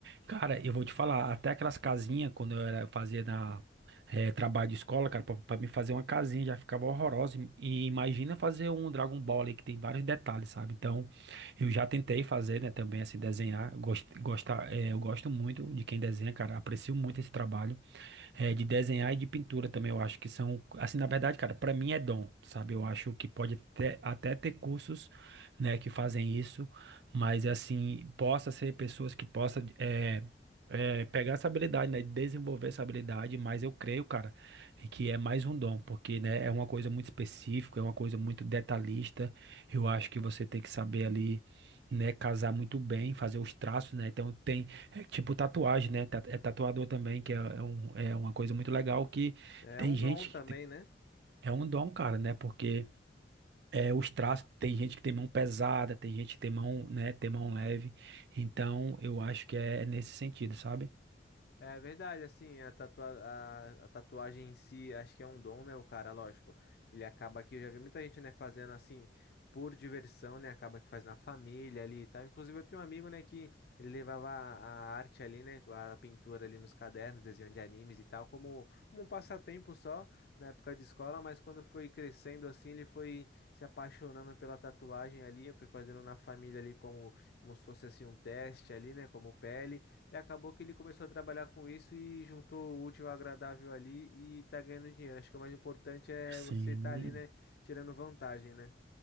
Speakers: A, on the right; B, on the left.
A: Cara, eu vou te falar, até aquelas casinhas, quando eu era, fazia na, eh, trabalho de escola, cara, pra, pra me fazer uma casinha já ficava horrorosa. E imagina fazer um Dragon Ball ali que tem vários detalhes, sabe? Então, eu já tentei fazer, né, também, assim, desenhar. Eu gosto, gosta, eh, eu gosto muito de quem desenha, cara. Aprecio muito esse trabalho. É, de desenhar e de pintura também, eu acho que são, assim, na verdade, cara, pra mim é dom, sabe? Eu acho que pode até, até ter cursos, né, que fazem isso, mas, assim, possa ser pessoas que possa é, é, pegar essa habilidade, né, desenvolver essa habilidade, mas eu creio, cara, que é mais um dom, porque, né, é uma coisa muito específica, é uma coisa muito detalhista, eu acho que você tem que saber ali, né, casar muito bem, fazer os traços, né, então tem é tipo tatuagem, né? Ta- É tatuador também, que é, é um- é uma coisa muito legal que
B: É
A: tem
B: um
A: gente
B: dom também,
A: que te-
B: né?
A: é um dom, cara, né? Porque é os traços, tem gente que tem mão pesada, tem gente que tem mão, né, tem mão leve. Então, eu acho que é é nesse sentido, sabe?
B: É verdade, assim, a, tatua a, a tatuagem em si, acho que é um dom, né? O cara, lógico, ele acaba que eu já vi muita gente, né, fazendo assim por diversão, né? Acaba que faz na família ali e tal. Inclusive, eu tinha um amigo, né, que ele levava a a arte ali, né, a pintura ali nos cadernos, desenho de animes e tal, como, como um passatempo só na época de escola, mas quando foi crescendo assim, ele foi se apaixonando pela tatuagem ali, eu fui fazendo na família ali como, como se fosse assim um teste ali, né, como pele. E acabou que ele começou a trabalhar com isso e juntou o útil ao agradável ali e tá ganhando dinheiro. Acho que o mais importante é
A: Sim,
B: você estar ali, né, tirando vantagem, né?